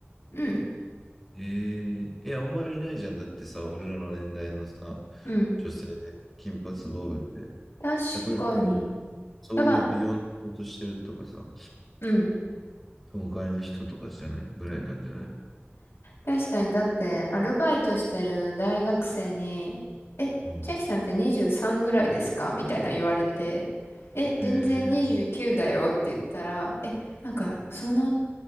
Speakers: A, on the left; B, in the centre.
A: うん、
B: えー、え、あんまりいないじゃん。だってさ、俺らの年代のさ、
A: うん。
B: 女性で金髪ボブって。
A: 確かに。
B: やっぱり、そういう美容の仕事してるとかさ、
A: だから、うん。
B: 教会の人とかじゃないぐらいなんじゃない
A: 確かに、だって、アルバイトしてる大学生に、え、
B: うん。
A: 千秋さんって23ぐらいですかみたいな言われて、え、全然29だよって言ったら、
B: えー、
A: え、なんか、その